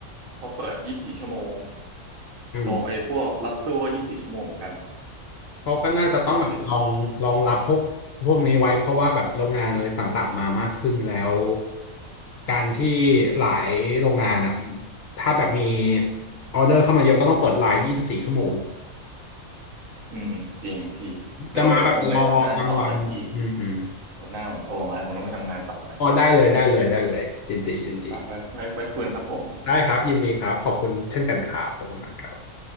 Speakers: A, on the right (about 70°); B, on the left (about 65°).
A: เขาเปิดยี่สิบสี่ชั่วโมง
B: อืม
A: ลงไอพวกรับตู้ก็ยี่สิบสี่ชั่วโมงเหมือนกัน
B: เขาก็น่าจะต้องแบบลองลองรับพวกพวกนี้ไว้เพราะว่าแบบโรงงานอะไรต่างๆมามากขึ้นแล้ว
A: โคตรเจ๋งอ่ะ
B: การที่หลายโรงงานอ่ะถ้าแบบมีออเดอร์เข้ามาเยอะก็ต้องเปิดไลน์24ชั่วโมง
A: อืมจริงพี่เดี๋ยวเดี๋ยวผมไปทำงานต่อแล้วพี่
B: จะมาแบบรอกลางวันอืมอืม
A: หัวหน้าผมโทรมาแล้วผมต้องไปทำงานต่อแล้ว
B: อ๋อได้เลยได้เลยได้เลยยินดียินดี
A: อ่าไว้ไว้ไว้คุยนะครับผม
B: ได้ครับยินดีครับขอบคุณเช่นกันครับขอบคุณมากครับ